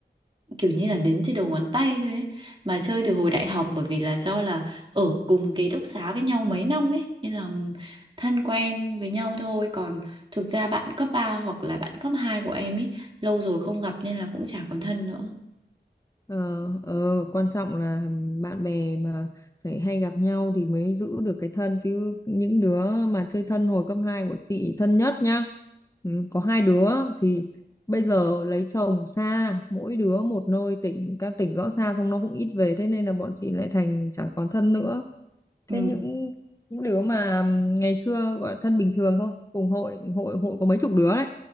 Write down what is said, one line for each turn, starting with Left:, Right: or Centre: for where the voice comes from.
Right: kiểu như là đếm trên đầu ngón tay thôi ấy. Mà chơi từ hồi đại học bởi vì là do là ở cùng ký túc xá với nhau mấy năm ấy nên là thân quen với nhau thôi còn thực ra bạn cấp 3 hoặc là bạn cấp 2 của em ấy lâu rồi không gặp nên là cũng chả còn thân nữa
Left: Ờ, ờ, quan trọng là bạn bè mà phải hay gặp nhau thì mới giữ được cái thân chứ những đứa mà chơi thân hồi cấp 2 của chị thân nhất nhá ừ, có hai đứa thì bây giờ lấy chồng xa mỗi đứa một nơi tỉnh các tỉnh rõ xa xong nó cũng ít về thế nên là bọn chị lại thành chẳng còn thân nữa
Right: ừ.
Left: thế những những đứa mà ngày xưa gọi là thân bình thường thôi cùng hội hội hội có mấy chục đứa đấy